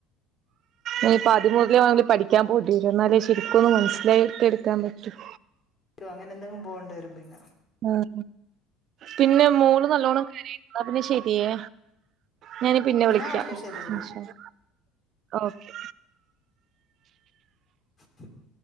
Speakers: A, on the right; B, on the left.
A: ഇനിപ്പോ ആദ്യം മുതലേ വാണങ്കി പഠിക്കാൻ പോണ്ടേരും. ന്നാലേ ശരിക്കൊന്നു മനസിലാക്കിയെടുക്കാൻ പറ്റുള്ളു.
B: പ്പൊ അങ്ങനന്തേലും പോണ്ടിരും പിന്ന.
A: ഉം. പിന്നെ മോള് നല്ലോണം കരയാ ന്നാ പിന്നെ ശരിയേ. ഞാന് പിന്നെ
B: എന്നാ
A: വിളിക്കാ.
B: ഓക്കെ എന്നാ
A: ഓ ശരി ഓകെ.
B: <inaudible>